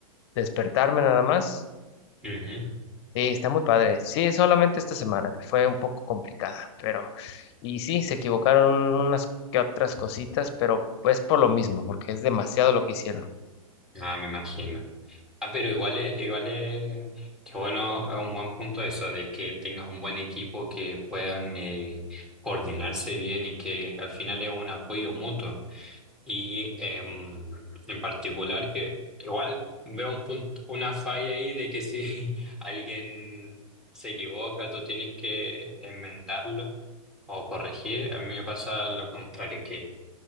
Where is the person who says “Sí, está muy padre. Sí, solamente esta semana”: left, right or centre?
Left